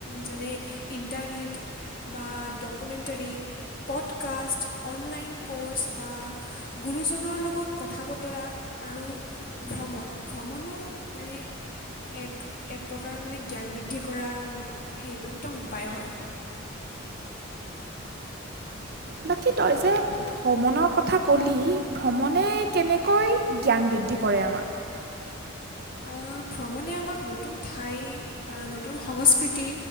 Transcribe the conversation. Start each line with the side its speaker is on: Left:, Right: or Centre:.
Left: যেনে ইণ্টাৰনেট বা ডকুমেণ্টৰী। পডকাষ্ট অনলাইন ক'ৰ্ছ বা গুৰুজনৰ লগত কথা বতৰা আৰু ভ্ৰমণ, ভ্ৰমণো মানে এক এক প্ৰকাৰৰ মানে জ্ঞান বৃদ্ধি কৰা সেই উত্তম উপায় হয়।
Right: বাকী তই যে ভ্ৰমণৰ কথা ক'লি ভ্ৰমণে কেনেকৈ জ্ঞান বৃদ্ধি কৰে আমাক।
Left: আ, ভ্ৰমণে আমাক নতুন ঠাই নতুন সংস্কৃতি